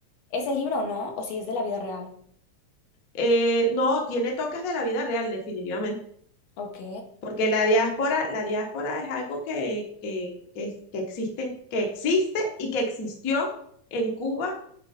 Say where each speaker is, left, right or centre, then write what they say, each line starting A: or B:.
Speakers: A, on the left; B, on the left.
A: ¿es el libro no? ¿O si es de la vida real?
B: Eh, no, tiene toques de la vida real, definitivamente,
A: Ok.
B: porque la diáspora, la diáspora es algo que, que, que, es- que existen, que existe y que existió en Cuba